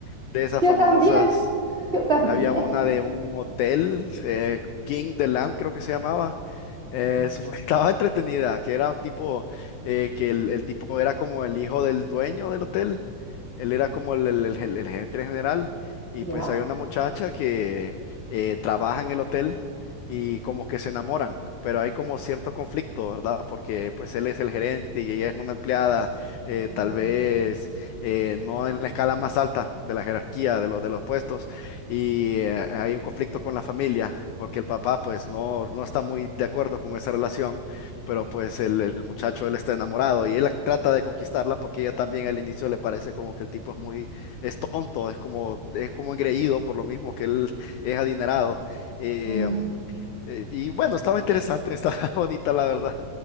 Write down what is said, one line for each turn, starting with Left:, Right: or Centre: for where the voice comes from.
Left: de esas
Right: Yo
Left: famosas.
Right: también, yo también.
Left: Había una
Right: <laughs>
Left: de un hotel, eh, King the Land creo que se llamaba. Eh,
Right: Mm,
Left: eso fue- <laughs> estaba entretenida, que era un tipo, eh, que el, el tipo era como el hijo del dueño del hotel. Él era como el, el, el, el- el gerente general. Y
Right: ¿Ya?
Left: pues había una muchacha que eh, trabaja en el hotel y como que se enamoran, pero hay como cierto conflicto, ¿verdad? Porque pues él es el gerente y ella es una empleada, eh,
Right: Mm,
Left: tal vez eh, no en la escala más alta de la jerarquía de los, de los puestos y eh, hay un conflicto con la familia, porque el papá pues no, no está muy de acuerdo con esa relación, pero pues el, el muchacho él está enamorado y él trata de conquistarla porque ella también al inicio le parece como que el tipo es muy, es tonto, es como, es como engreído por lo mismo que él es adinerado. Eh,
Right: mm.
Left: um, eh, y bueno, estaba interesante, estaba <laughs> bonita la verdad.